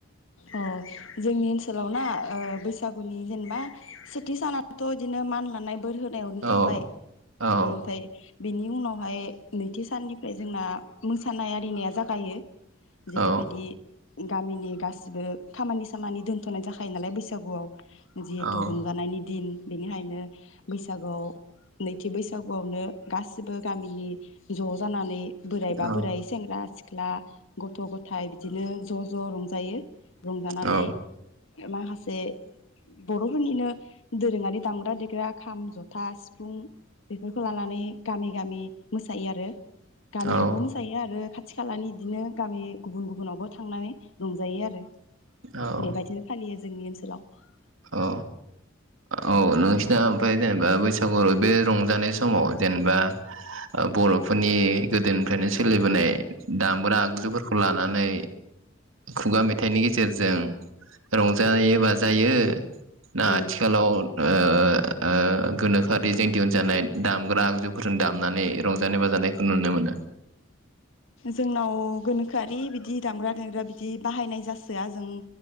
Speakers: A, on the left; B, on the right.
A: अ जोंनि ओनसोलाव ना बैसागुनि जेनेबा सेथि सानआथ बिदिनो मान लानाय बोर होनायावनो थांबाय
B: औ औ
A: ओमफ्राय बिनि। उनावहाय नैथि साननिफ्राय जोंना मोसानाय आरिनाया जागायो।
B: औ
A: जेरैबायदि गामिनि गास गासैबो खामानि सामानि दोन्थनाय जाखायो नालाय बैसागुआव जिहेथु
B: औ
A: रंजानायनि दिन बिनिखायनो बैसागुआव नैथि बैसागुआवनो गासिबो गामिनि ज जानानै बोराइबा
B: औ
A: बोराय सेंग्रा सिख्ला सिख्ला गथ गथाया बिदिनो ज ज रंजायो। रंजानानै
B: औ
A: माखासे बरफोरनिनो दोरोङारि दामग्रा देग्रा खाम जथा सिफुं बेफोरखौ लानानै गामि गामि मोसायो आरो गामियावबो
B: औ
A: मोसायो आरो खाथ खाथि खालानि बिदिनो गामि गुबुन गुबुनावबो थांनानै रंजायो आरो <inaudible>
B: औ
A: बेबायदिनो फालियो जोंनि ओनसोल फोरा
B: औ औ नोंसिना ओमफ्राय जेनेबा बैसागु बे रंजानाय समाव जेनेबा ओ बरफोरनि गोदोनिफ्रायनो सोलिबोनाय दामग्रा आगजुफोरखौ लानानै खुगा मेथाइनि गेजेरजों रंजायो बाजायो ना
A: उम
B: आथिखालाव ओ ओ गोनोखोआरिजों दिहुनजानाय दामग्रा आगजुफोरजों दामनानै रंजानाय बाजानायखौ नुनो मोनो।
A: जोंनाव गोनोखोआरि बिदि दामग्रा देग्रा बिदि बाहायनाय जासोआ जों